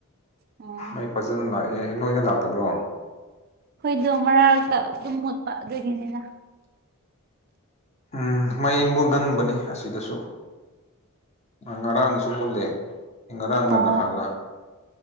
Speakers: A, on the right; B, on the left.
A: ꯑꯣ
B: ꯃꯩ ꯐꯖꯅ ꯂꯥꯛꯑꯦ ꯅꯣꯏꯅ ꯂꯥꯛꯇꯕ꯭ꯔꯣ
A: ꯈꯣꯏꯗꯣ ꯃꯔꯛꯇ ꯑꯗꯨꯝ ꯃꯨꯠꯄ ꯑꯗꯨꯒꯤꯅꯤꯗ
B: ꯎꯝ ꯃꯩ ꯃꯨꯒꯟꯕꯅꯤ ꯑꯁꯤꯗꯁꯨ ꯉꯔꯥꯡꯁꯨ ꯃꯨꯜꯂꯦ ꯉꯔꯥꯡꯗ
A: ꯑꯣ
B: ꯅꯍꯥꯟꯜꯂꯥ